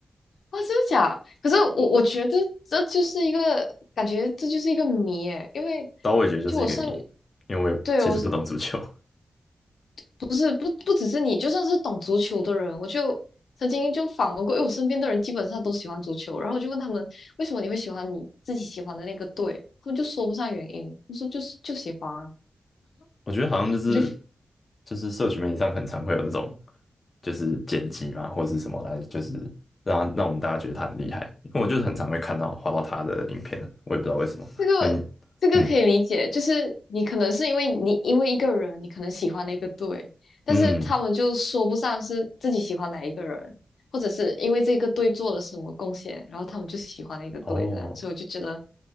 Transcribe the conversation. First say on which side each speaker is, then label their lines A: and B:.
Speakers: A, on the left (about 85°); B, on the left (about 40°).
A: 哇，真的假？可是我我觉得这就是一个感觉，这就是一个谜诶，因为
B: 但我也觉得就是一个谜，
A: 就我身，
B: 因为我也其实不懂足球。
A: 对我是不是不不只是你，就算是懂足球的人，我就曾经就访问过，因为我身边的人基本上都喜欢足球，然后我就问他们为什么你会喜欢你自己喜欢的那个队，他们就说不上原因，我说就是就喜欢啊，
B: <laughs> 我觉得好像就是
A: 我觉得
B: 就是社群媒体上很常会有那种就是剪辑嘛，或者是什么来，就是让他让我们大家觉得他很厉害。因为我就是很常会看到滑到他的影片啊，我也不知道为什么。
A: 这个这个可以理解，
B: 明明嗯
A: 就是你可能是因为你因为一个人，你可能喜欢了一个队，但是他们就说不上是自己喜欢哪一个人，
B: 嗯
A: 或者是因为这个队做了什么贡献，然后他们就喜欢那个队的，
B: 哦，
A: 所以我就觉得